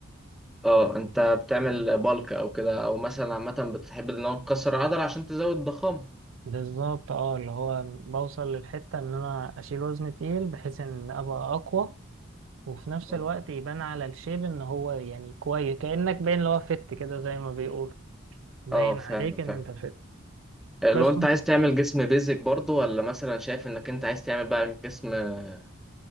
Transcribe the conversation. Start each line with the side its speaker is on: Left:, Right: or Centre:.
Centre: اه انت بتعمل بالك او كده او مثلا عامه بتحب ان هو تكسر العضله عشان تزود ضخامه
Right: بالظبط أه اللي هو بوصل للحتة إن أنا أشيل وزن تقيل بحيث إن أبقى أقوى وفي نفس
Centre: اه
Right: الوقت يبان على الشيب إن هو يعني كويس كأنك باين اللي هو فت كده زي ما بيقولوا باين
Centre: آه، فاهم
Right: عليك
Centre: فاهم
Right: إن أنت فت
Centre: آه،
Right: بس
Centre: لو انت عايز تعمل جسم بيزك برضه ولا مثلا شايف انك انت عايز تعمل بقى جسم آه،